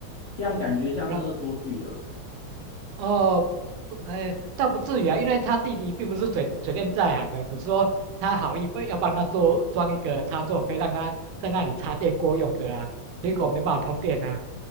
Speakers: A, on the left; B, on the right.
A: 这样感觉像是恶作剧了。
B: 老哦不不，哎，倒不至于啊，因为他弟弟并不是水水电在行的，只是说他好意不要帮他做装一个插座，可以让他在那里插电锅用的啊，结果没办法通电啊。